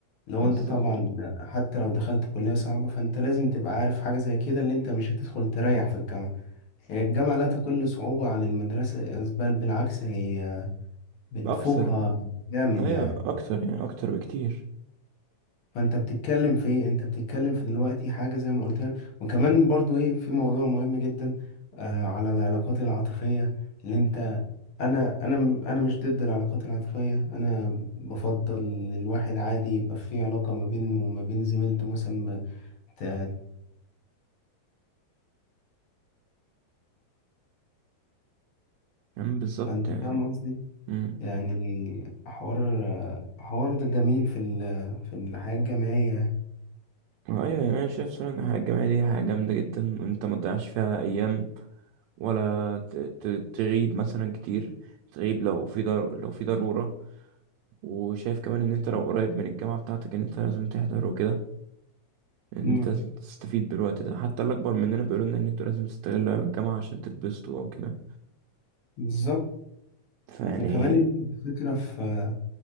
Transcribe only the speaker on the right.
بالظبط
اكثر
ايوه
اكتر يعني اكتر بكتير
يعني بالظبط
يعني
امم
ايوه يعني انا شايف صراحه ان الحياه الجامعيه دي حاجه جامده جدا وانت ما تضيعش فيها ايام ولا ت- ت- تغيب مثلا كتير تغيب لو في ضر... لو في ضروره وشايف كمان ان انت لو قريب من الجامعه بتاعتك ان انت لازم تحضر وكده ان
انت تستفيد بالوقت ده حتى الاكبر مننا بيقولوا لنا ان انتوا لازم تستغلوا ايام الجامعه عشان تتبسطوا او كده
فيعني